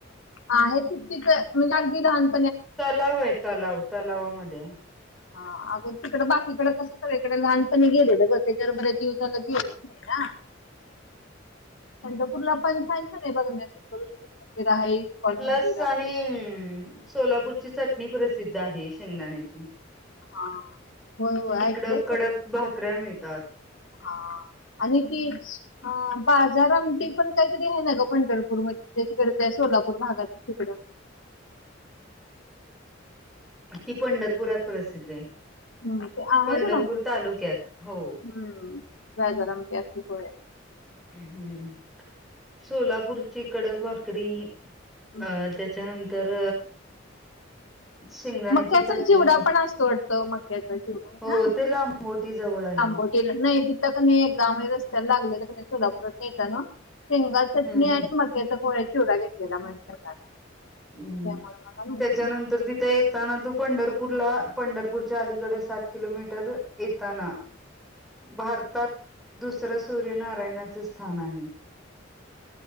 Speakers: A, on the left; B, in the centre.
A: आहे ति तिथं मी अगदी लहान
B: तलाव आहे तलाव तलावामध्ये
A: हा अगं तिकड बाकीकडें कस सगळी इकडे लहानपणी गेलेलं ग त्याच्या बऱ्याच दिवस झालं गेलोच नाही ना. पंढरपूरला पण छान छान आहे ही बघण्यासारखं विठ्ठल मंदिर आहे इस्कॉन
B: प्लस
A: मंदिर आहे
B: आणि सोलापूरची चटणी प्रसिद्ध आहे शेंगदाण्याची
A: हा होय होय
B: तिकडं
A: ऐकलंय
B: कडक
A: खरं
B: भाकऱ्या मिळतात
A: हा आणि ती ह बाजारआमटी पण काहीतरी आहे ना ग पंढरपूर मध्ये त्याकडे सोलापूर भागात. तिकड
B: ती पंढरपुरात प्रसिद्ध आहे.
A: हम्म ते आ
B: पंढरपूर
A: जरा
B: तालुक्यात हो
A: हम्म जराम क होय
B: हम्म सोलापूरची कडक भाकरी अं
A: हम्म.
B: त्याच्यानंतर शेंगदाण्याची
A: मक्याचा
B: चटणी
A: चिवडा पण असतो वाटतं मक्याचा चिवडा
B: हो
A: ना?
B: ते लांबोटी जवळ आहे
A: <unintelligible> नाही तिथं तर मी एकदा <unintelligible> <unintelligible> सोलापुरात नेताना शेंगा
B: हम्म
A: चटणी
B: हम्म
A: आणि मक्याचा पोह्या चिवडा घेतलेला. <unintelligible>
B: हम्म
A: त्यामुळे मला माहिती
B: त्याच्यानंतर तिथं येत ताना तू पंढरपूरला पंढरपूरच्या अलीकडे सात किलोमीटर येताना भारतात दुसरं सूर्यनारायणाचं स्थान आहे.